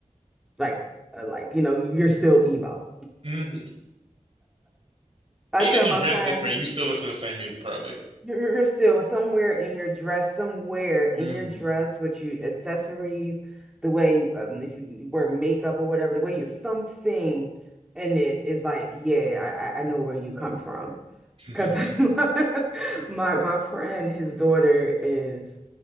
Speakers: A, in the centre; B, on the right (about 50°).
A: like uh, like you know, you're still emo.
B: hmm
A: I
B: Even
A: tell
B: if you
A: my
B: dress
A: friend.
B: different, you still listen to the same music, probably.
A: You're you're- you're still somewhere in your dress, somewhere in
B: hmm
A: your dress with your accessories, the way um, if you wear makeup or whatever, the way you something in it is like, yeah, I I I know where you come from.
B: <laughs>
A: Because <laughs> my, my my friend, his daughter is,